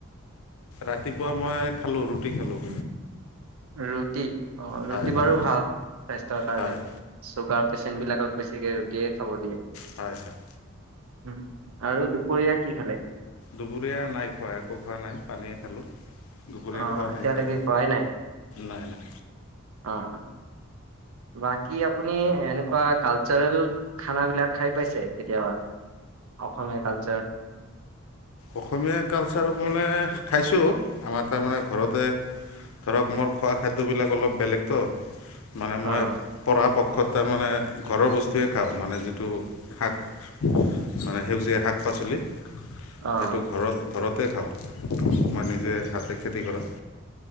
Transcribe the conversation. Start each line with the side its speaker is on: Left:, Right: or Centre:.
Left: ৰাতিপুৱা মই খালো ৰুটি খালো
Right: ৰুটি অ
Left: হয়
Right: ৰুটি
Left: হয়
Right: বাৰু ভাল স্বাস্থ্যৰ কাৰণে
Left: হয়
Right: চুগাৰ পেচেন বিলাকক বেছিকে ৰুটিয়ে খাব দিয়ে
Left: হয় হয়।
Right: উম আৰু দুপৰীয়া কি খালে?
Left: দুপৰীয়া নাই খোৱা একো খোৱা নাই পানীয়ে খালোঁ। দুপৰীয়া
Right: অহ
Left: খোৱা
Right: এতিয়ালকে
Left: নাই এতিয়াও
Right: খোৱাই নাই
Left: নাই নাই
Right: অহ বাকী আপুনি এনেকুৱা কালচাৰেল খানাবিলাক খাই পাইছে কেতিয়াবা? অসমীয়া কালচাৰ।
Left: অসমীয়া কালচাৰ মানে খাইছোঁ আমাৰ তাৰমানে ঘৰতে ধৰক মোৰ খোৱা খাদ্যবিলাক অলপ বেলেগতো মানে মই
Right: অ
Left: পৰা সপ্তাহ তাৰমানে ঘৰৰ বস্তুৱে খাওঁ মানে যিটো শাক মানে সেউজীয়া শাক পাচলি।
Right: অ
Left: সেইটো ঘৰত ঘৰতে খাওঁ মই নিজে হাতে খেতি কৰা